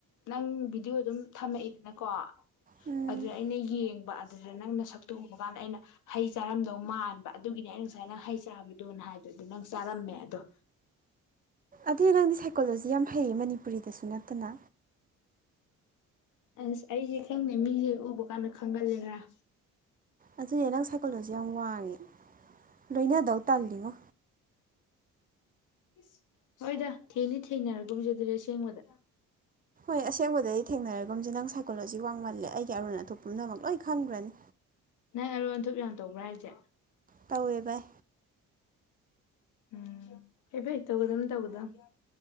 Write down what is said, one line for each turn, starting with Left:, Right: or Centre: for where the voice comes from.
Left: ꯅꯪ ꯚꯤꯗꯤꯑꯣ ꯑꯗꯨꯝ ꯊꯝꯃꯛꯏꯗꯅꯀꯣ
Right: ꯎꯝ
Left: ꯑꯗꯨ ꯑꯩꯅ ꯌꯦꯡꯕ ꯑꯗꯨꯗ ꯅꯪꯅ ꯁꯛꯇꯨ ꯎꯕ ꯀꯥꯟꯗ ꯑꯩꯅ ꯍꯩ ꯆꯥꯔꯝꯗꯧ ꯃꯥꯟꯕ ꯑꯗꯨꯒꯤꯅꯤ ꯑꯩꯅ ꯉꯁꯥꯏ ꯅꯪ ꯍꯩ ꯆꯥꯕꯗꯨꯣꯅ ꯍꯥꯏꯗꯣ ꯑꯗꯨꯗ ꯅꯪ ꯆꯥꯔꯝꯃꯦ ꯑꯗꯣ
Right: ꯑꯗꯩ ꯅꯪꯗꯤ ꯁꯥꯏꯀꯣꯂꯣꯖꯤ ꯌꯥꯝ ꯐꯩꯌꯦ ꯃꯅꯤꯄꯨꯔꯤꯗꯁꯨ ꯅꯠꯇꯅ
Left: ꯑꯁ ꯑꯩꯁꯦ ꯈꯪꯗꯦ ꯃꯤꯁꯦ ꯎꯕ ꯀꯥꯟꯗ ꯈꯪꯒꯟꯂꯦ ꯈꯔ
Right: ꯑꯗꯨꯅꯦ ꯅꯪ ꯁꯥꯏꯀꯣꯜꯗꯁꯨ ꯌꯥꯝ ꯋꯥꯡꯉꯦ ꯂꯣꯏꯅꯗꯧ ꯇꯜꯂꯤꯉꯣ
Left: ꯏꯁ ꯍꯣꯏꯗ ꯊꯦꯡꯅꯤ ꯊꯦꯡꯅꯔꯒꯨꯝꯖꯗ꯭ꯔꯦ ꯑꯗꯨꯗꯤ ꯑꯁꯦꯡꯕꯗ
Right: ꯍꯣꯏ ꯑꯁꯦꯡꯕꯗꯩ ꯊꯦꯡꯅꯔꯒꯨꯝꯁꯦ ꯅꯪ ꯁꯥꯏꯀꯣꯂꯣꯖꯤ ꯋꯥꯡꯃꯜꯂꯦ ꯑꯩꯒꯤ ꯑꯔꯣꯟ ꯑꯇꯣꯞ ꯄꯨꯝꯅꯃꯛ ꯂꯣꯏ ꯈꯪꯈ꯭ꯔꯅꯤ
Left: ꯅꯪ ꯑꯔꯣꯟ ꯑꯟꯊꯨꯞ ꯌꯥꯝ ꯇꯧꯕ꯭ꯔꯥ ꯍꯥꯏꯁꯦ
Right: ꯇꯧꯋꯦ ꯚꯏ
Left: ꯑꯨꯝ ꯐꯩ ꯐꯩ ꯇꯧꯒꯗꯝ ꯇꯧꯒꯗꯝꯅꯦ